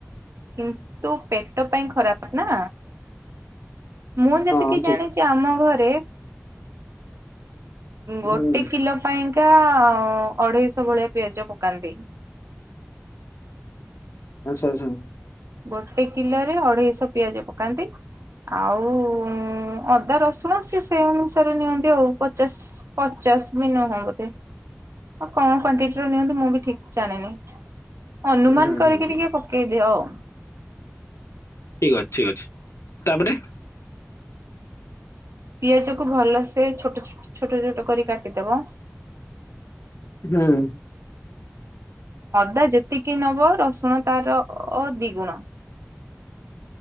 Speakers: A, on the right; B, on the left.
A: କିନ୍ତୁ ପେଟ ପାଇଁ ଖରାପ ନା। ମୁଁ ଯେତିକି
B: ହଁ ଠିକ
A: ଜାଣିଛି ଆମ ଘରେ ଗୋଟେ
B: ହୁଁ
A: କିଲୋ ପାଇଁ ଏଇଟା ଅଢେଇଶ ଭଳିଆ ପିଆଜ ପକାନ୍ତି।
B: ଆଛା ଆଚ୍ଛା।
A: ଗୋଟେ କିଲୋ ରେ ଅଢେଇଶ ପିଆଜ ପକାନ୍ତି। ଆଉ ଅଦା ରସୁଣ ସି ସେଇ ଅନୁସାରେ ନିଅନ୍ତି ଆଉ ପଚାଶ ପଚା ଶ ବି ନୁହଁ, ବୋଧେ କଣ କ୍ଵଟି ର ନିଅନ୍ତି ମୁଁ ବି ଠିକ ସେ ଜାଣନି। ଅନୁମାନ
B: ହୁଁ
A: କରିକି
B: ହୁଁ ହୁଁ
A: ଟିକେ ପକେଇଦିଅ ଆଉ।
B: ଠିକ ଅଛି ଠିକ ଅଛି ତାପରେ
A: ପିଆଜ କ ଭଲସେ ଛୋଟ ଛୋଟ ଛୋଟ କରି କାଟିଦବ।
B: ହଁ।
A: ଅଦା ଯେତିକି ନବ ରସୁଣ ତାର ଦି ଗୁଣ।